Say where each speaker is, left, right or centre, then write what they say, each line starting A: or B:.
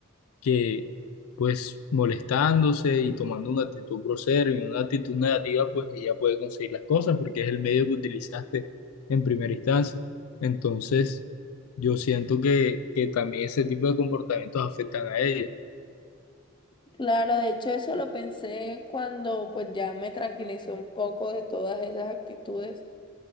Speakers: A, on the left; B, on the left.
A: que pues molestándose y tomando una actitud grosera y una actitud negativa, pues ella puede conseguir las cosas porque es el medio que utilizaste en primera instancia. Entonces, yo siento que, que también ese tipo de comportamientos afectan a ella.
B: Claro, de hecho eso lo pensé cuando pues ya me tranquilicé un poco de todas esas actitudes,